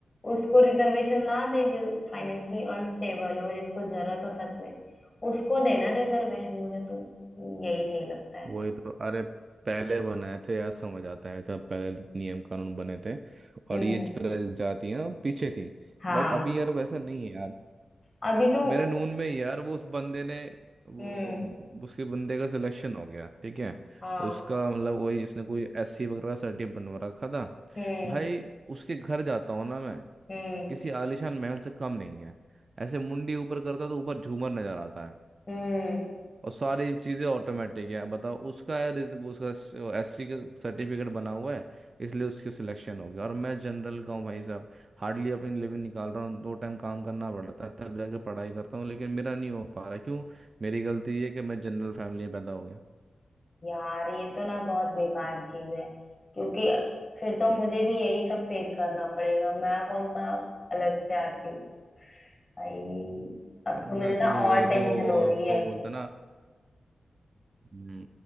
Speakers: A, on the left; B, on the right.
A: उसको रिजर्वेशन ना दे जो फाइनेंशियली अनस्टेबल हो जिसको जरूरत हो सच में उसको देना रिजर्वेशन मुझे तो यही सही लगता है
B: वही तो अरे पहले बनाए थे यार समझ आता है तब पहले नियम कानून बने थे
A: हम्म
B: और ये प्रजातियां पीछे थी
A: हाँ
B: बट अभी यार वैसा नहीं है यार
A: अभी तो
B: मेरे नून में यार वो उस बंदे ने वो
A: हम्म
B: उसके बंदे का सिलेक्शन हो गया ठीक है
A: हाँ
B: उसका मतलब वही उसने कोई एससी वगैरह का सर्टिफिकेट बनवा रखा था
A: हम्म
B: भाई उसके घर जाता हूँ ना मैं
A: हम्म
B: किसी आलिशान महल से कम नहीं है ऐसे मुंडी ऊपर करता तो ऊपर झूमर नजर आता
A: हम्म
B: और सारी चीज़ें ऑटोमेटिक है बताओ उसका रिज- उसका एससी का सर्टिफिकेट बना हुआ है इसलिए उसकी सिलेक्शन हो गया और मैं जनरल का हूँ भाई साहब हार्डली अपनी लिविंग निकाल रहा हूँ दो टाइम काम करना पड़ता है तब जाके पढ़ाई करता हूँ लेकिन मेरा नहीं हो पा रहा क्यों मेरी गलती ये है कि मैं जनरल फैमिली में पैदा हो गया
A: यार ये तो ना बहुत बेकार चीज है क्योंकि फिर तो मुझे भी यही सब फेस करना पड़ेगा मैं कौन सा अलग से आती हूँ भाई अब
B: पढ़ना
A: तो मुझे ना
B: शुरू
A: और
B: कर
A: हाँ तो टेंशन
B: दो
A: हो रही
B: आप
A: है
B: तो बोलते ना हम्म